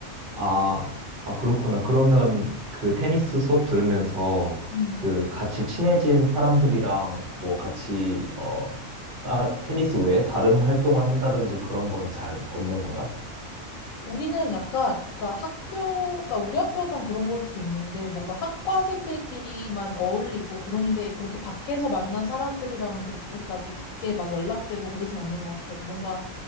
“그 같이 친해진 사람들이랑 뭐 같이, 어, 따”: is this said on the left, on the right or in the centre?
Right